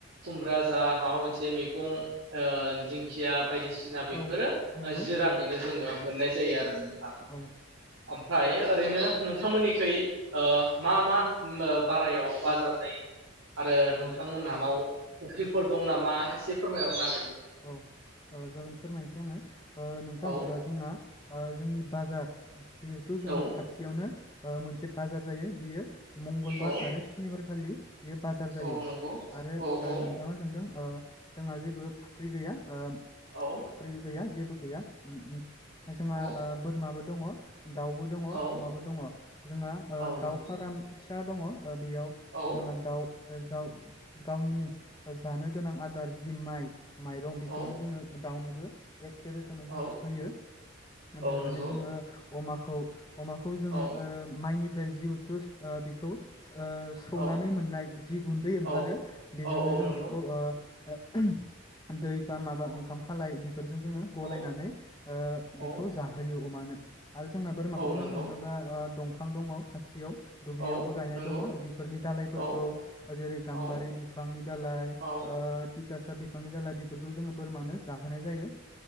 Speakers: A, on the right; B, on the left.
A: खुमब्रा जा माबा मोनसे मेगं ओ दिंखिया बायदिसिना बेफोरो
B: औ नंगौ
A: जिराङैनो
B: औ
A: जोङो मोननाय जा जायो आरो
B: औ
A: ओमफाय ओरैनो नोंथांमोननिखै मा मा बारायाव बाजार जायो आरो
B: औ
A: थांमोनहानाव फख्रिफोर दं नामा एसे फोरमायहरनो हागोनना।
B: औ ओ जागोन फोरमायनोसै आङो। ओ नोंथां
A: हागोन
B: ओ जोंना। ओ जोंनि बाजार। जिहेथु
A: ना?
B: जोंनि
A: औ
B: खाथियावनो ओ मोनसे बाजार जायो बियो मंगलबार
A: औ
B: आरो सुनिबारखालि बियो बाजार जायो
A: औ नंगौ
B: आरो
A: औ
B: ओ
A: औ
B: नोंथाङा सोंदों। ओ जोंहा जेबो फु ख्रि गैया ओम
A: औ
B: फुख्रि गैया जेबो गैया उम्म उम्म जोंहा
A: औ
B: ओ बोरमाबो। दङ। दाउबो दङ
A: औ
B: अमाबो दङ जोंहा
A: औ नंगौ
B: दाउ फाराम फिसा दङ बेयाव
A: औ
B: जोंहा दाउ गाव गावनि जानो गोनां आदार जि माइ माइरं बेखौनो
A: औ
B: जोङो दाउनोबो एखे रोखोमै जोङो
A: औ
B: होयो
A: औ
B: बिदिनो
A: नंगौ
B: जोङो अमाखौ अमाखौ जोङो
A: औ
B: माइनि फ्राय जिहेथु ओ बेखौ ओ सौनानै
A: औ
B: मोननाय जि गुन्दै ओंखारो
A: औ
B: बेजोंनो
A: औ
B: जों
A: नंगौ
B: बेखौ ओ <unintelligible> दै बा माबा
A: औ
B: ओंखाम खालाय बेफोरजों जोङो गलायनानै
A: औ
B: ओ
A: औ
B: बेखौ जाहोयो अमानो आरो जोंना बोरमाखौ
A: औ
B: बुंनो
A: नंगौ
B: थाङोबा दं फां दङ खाथियाव दुब्लियावबो
A: औ
B: गायनाय
A: नंगौ
B: दङ बेफोरनि दालायफोरखौ
A: औ
B: जेरै गाम्बारि
A: औ
B: बिफांनि दालाय
A: औ
B: तिटा बिफांनि दालाय बेफोरखौ जोङो बोरमानो जाहोनाय जायो